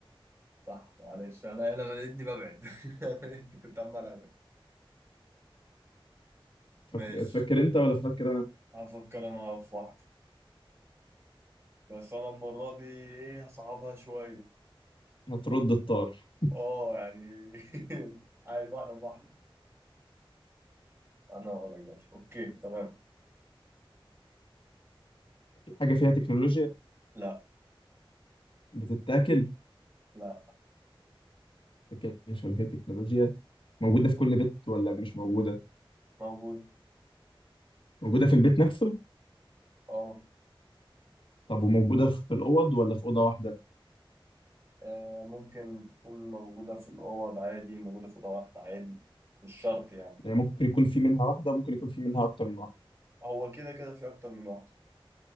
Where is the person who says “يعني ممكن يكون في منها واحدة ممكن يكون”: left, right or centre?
Left